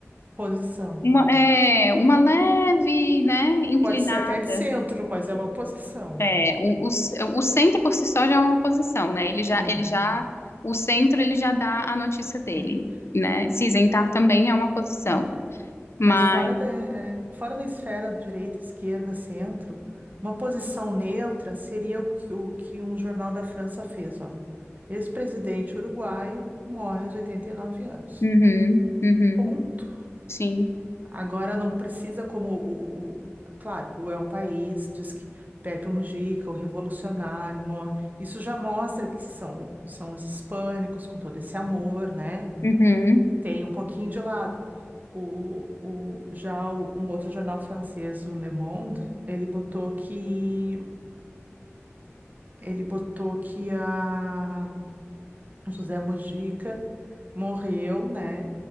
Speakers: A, on the right; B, on the left.
A: Posição.
B: uma, é, uma leve, né, inclinada
A: Pode ser até de centro, mas é uma posição, né?
B: É, o, o, c- o centro por si só já é uma oposição, né? Ele já,
A: É,
B: ele já, o centro ele já dá a notícia dele,
A: é,
B: né? Se
A: é,
B: isentar também é uma posição,
A: é.
B: mas,
A: Mas fora da, é, fora da esfera de direita, esquerda, centro, uma posição neutra seria o que, o que um jornal da França fez, ó. Ex-presidente uruguaio morre aos 89 anos.
B: uhum, uhum,
A: Ponto.
B: sim,
A: Agora não precisa como o, o- claro, o El País diz que Pepe Mujica, o revolucionário, morre. Isso já mostra que são, são os hispânicos com todo esse amor, né?
B: uhum,
A: Tem um pouquinho de lado. O, o, já o- um outro jornal francês, o Le Monde, ele botou que ele botou que a José Mujica morreu, né?